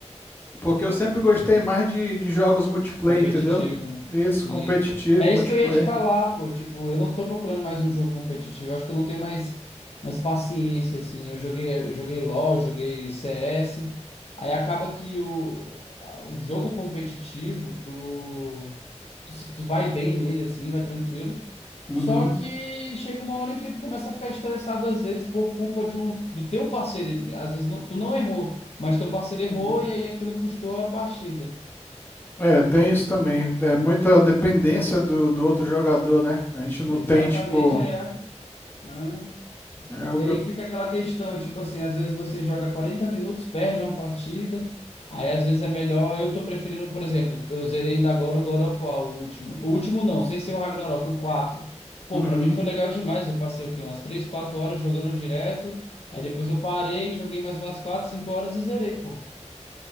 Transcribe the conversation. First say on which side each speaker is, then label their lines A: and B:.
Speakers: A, on the left (about 15°); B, on the left (about 60°).
A: porque eu sempre gostei mais de, de jogos multiplayer,
B: Competitivo,
A: entendeu?
B: né?
A: Isso,
B: Sim.
A: competitivo,
B: É
A: multiplayer.
B: isso que eu ia te falar, pô. Tipo, eu não tô procurando mais um jogo competitivo. Eu Acho que eu não tenho mais, mais paciência, assim. Eu joguei, eu joguei LoL, joguei CS. Aí acaba que o, a- o jogo competitivo, tu, tu, se- tu vai bem nele, assim, vai tranquilo.
A: Uhum,
B: Só que chega uma hora que tu começa a ficar estressado, às vezes, por culpa de um, do teu parceiro. Às vezes não, tu não errou, mas teu parceiro
A: uhum.
B: errou e aí aquilo custou a partida.
A: É, tem isso também. É muita dependência do, do outro jogador, né? A gente não
B: Exatamente,
A: tem, tipo.
B: aí né?
A: é, eu-
B: E aí fica aquela questão, tipo assim, às vezes você joga 40 minutos, perde uma partida, aí às vezes é melhor. Eu tô preferindo, por exemplo, eu zerei ainda agora o God of War, o último. O último não, sem ser o Ragnarok, o quatro Pô,
A: Uhum.
B: pra mim foi legal demais. Eu passei o quê? Umas 3 4 horas jogando direto. Aí depois eu parei, joguei mais umas quatro cinco horas e zerei, pô.